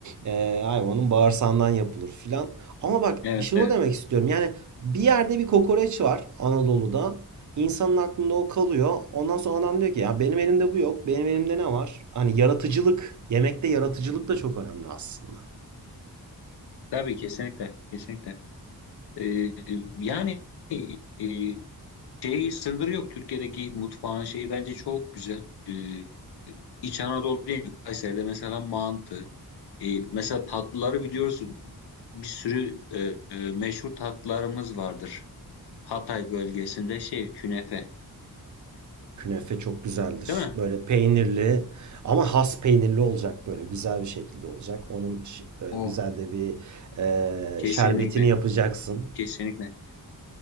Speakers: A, on the right; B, on the left.
A: e, hayvanın bağırsağından yapılır filan. Ama bak
B: Evet,
A: şunu
B: evet.
A: demek istiyorum. Yani bir yerde bir kokoreç var Anadolu'da. İnsanın aklında o kalıyor. Ondan sonra adam diyor ki ya benim elimde bu yok. Benim elimde ne var? Hani yaratıcılık. Yemekte yaratıcılık da çok önemli aslında.
B: Tabii kesinlikle, kesinlikle. Ee, yani e, Şey sınırı yok Türkiye'deki mutfağın şeyi bence çok güzel. Ee, İç Anadolu değil mi? Kayseri'de mesela mantı. Ee, mesela tatlıları biliyorsun. Bir sürü e, e, meşhur tatlılarımız vardır. Hatay bölgesinde şey künefe.
A: Künefe çok güzeldir.
B: Değil mi?
A: Böyle peynirli ama has peynirli olacak böyle güzel bir şekilde olacak. Onun ş- böyle
B: Oh.
A: güzel de bir
B: Kesinlikle.
A: e, şerbetini yapacaksın.
B: Kesinlikle.